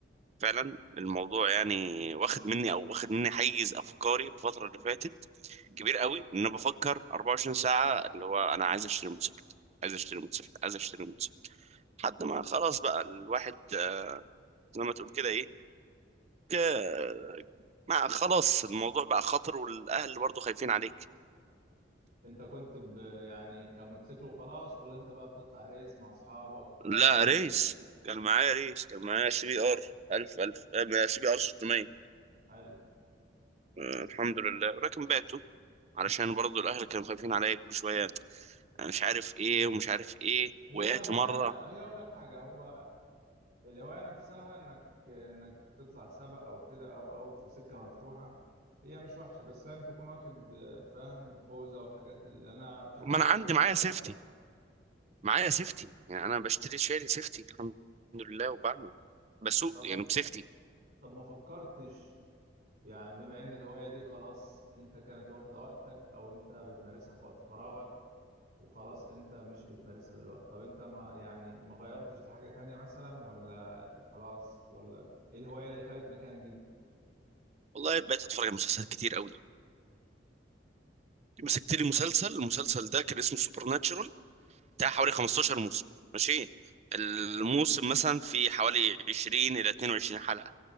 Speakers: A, on the right; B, on the right.
A: فعلا الموضوع يعني واخد مني أو واخد مني حيز أفكاري في الفترة اللي فاتت كبير قوي ان انا بفكر 24 ساعه اللي هو انا عايز اشتري موتوسيكل عايز اشتري موتوسيكل عايز اشتري موتوسيكل لحد ما خلاص بقى الواحد آه، زي ما تقول كده ايه ك- ما خلاص الموضوع بقى خطر والاهل برضو خايفين عليك
B: أنت كنت ب... يعني كموتوسيكل وخلاص ولا أنت بقى بتطلع ريس مع أصحابك وفاهم
A: لا
B: وكده
A: ريس كان معايا ريس كان معايا سي بي ار 1000 1000 سي بي ار 600
B: حلو
A: آه، الحمد لله ولكن بعته علشان برضو الاهل كانوا خايفين عليا كل شويه أنا مش عارف ايه ومش عارف ايه
B: هي
A: وقعت
B: هواية
A: مره
B: هي أقول لك حاجة هو الهواية نفسها إنك إنك تطلع سباق أو كده أو أو في سكة مفتوحة هي مش وحشة بس لازم تكون واخد آه، فاهم خوذة والحاجات اللي أنا في حوادث
A: ما انا عندي
B: كتيرة بصراحة
A: معايا سيفتي
B: حصلت
A: معايا سيفتي يعني انا بشتري شاري سيفتي الحمد لله وبعمل بسوق
B: طب
A: يعني بسيفتي
B: طب ما فكرتش يعني بما ان الهواية دي خلاص انت كانت واخدة وقتك او انت بتمارسها في وقت فراغك وخلاص انت مش بتمارسها دلوقتي طب انت ما يعني ما غيرتش لحاجة تانية مثلا ولا خلاص ولا ايه الهواية اللي خدت مكان دي
A: والله بقيت اتفرج على مسلسلات كتير قوي مسكت لي مسلسل المسلسل ده كان اسمه سوبر ناتشورال بتاع حوالي 15 موسم ماشي الموسم مثلا في حوالي 20 الى 22 حلقة